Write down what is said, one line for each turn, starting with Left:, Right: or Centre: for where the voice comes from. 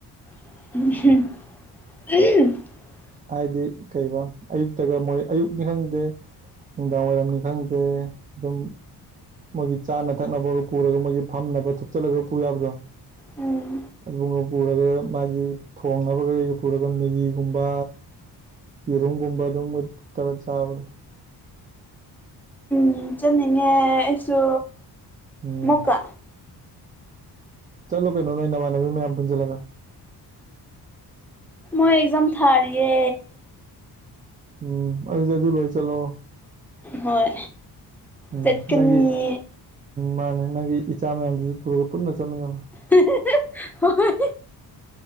Centre: <unintelligible>
Right: ꯍꯥꯏꯗꯤ ꯀꯩꯕꯥ ꯑꯌꯨꯛꯇꯒ ꯃꯣꯏ ꯑꯌꯨꯛꯅꯤ ꯈꯪꯗꯦ ꯅꯨꯡꯗꯥꯝ ꯋꯥꯏꯔꯝꯅꯤ ꯈꯪꯗꯦ ꯑꯗꯨꯝ ꯃꯣꯏꯒꯤ ꯆꯥꯅ ꯊꯛꯅꯕꯒ ꯄꯨꯔꯒ ꯃꯣꯏꯒꯤ ꯐꯝꯅꯕ ꯊꯨꯞꯆꯜꯂꯒ ꯄꯨ ꯌꯥꯕꯗꯣ
Centre: ꯎꯝ
Right: ꯑꯗꯨ ꯄꯨꯔꯒ ꯃꯥꯒꯤ ꯊꯣꯡꯅꯕꯒꯩꯒ ꯄꯨꯔꯒ ꯃꯦꯒꯤꯒꯨꯝꯕ ꯌꯦꯔꯨꯝꯒꯨꯝꯕ ꯑꯗꯨꯒꯕ ꯇꯔ ꯆꯥꯕꯗꯣ꯫
Centre: ꯎ ꯆꯅꯤꯡꯉꯦ ꯑꯩꯁꯨ
Right: ꯎꯝ
Centre: ꯃꯨꯀꯥ꯫
Right: ꯆꯠꯂꯣ ꯀꯩꯅꯣ ꯅꫭꯏ ꯅꯃꯥꯅꯕ ꯃꯌꯥꯝꯌꯥꯝ ꯄꯨꯟꯖꯂꯒ꯫
Centre: ꯃꯥꯏ ꯑꯦꯛꯖꯥꯝ ꯊꯥꯔꯤꯌꯦ꯫
Right: ꯎꯝ ꯑꯗꯨꯗꯤ ꯑꯗꯨ ꯂꯣꯏꯔ ꯆꯠꯂꫭ꯫
Centre: ꯍꯣꯏ
Right: ꯎꯝ
Centre: ꯆꯠꯀꯅꯤ
Right: ꯅꯪꯒꯤ ꯃꯥꯅꯦ꯫ ꯅꯪꯒꯤ ꯏꯆꯥ ꯃꯌꯥꯝꯗꯨꯁꯨ ꯄꯨꯔꯒ ꯄꯨꯟꯅ ꯆꯠꯃꯤꯟꯅꯧ꯫
Centre: <unintelligible> ꯍꯥꯏ꯫